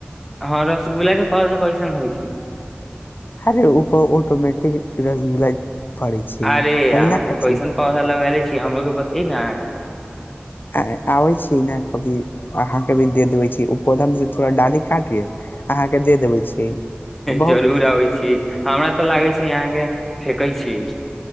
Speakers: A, in the centre; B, on the left (about 55°).
A: हां रसगुल्ला के पौधा कैसन होय छै।
B: हरे उपर ऑटोमेटिक रसगुल्ला फड़य छै,
A: अरे
B: कभी
A: अहाँके
B: न खाय
A: कैसन
B: छी।
A: पौधा लगैले छी हमरो के बतेई न
B: ऐं आबै छीयै नै कभी अहाँके भी दे देबय छीयै उ पौधा मे से थोड़ा डाली काट के अहाँके दे देबै छी बहुत
A: जरूर आबै छी, हमरा तै लागै छै। छै अहाँ के फेेकै छीयै।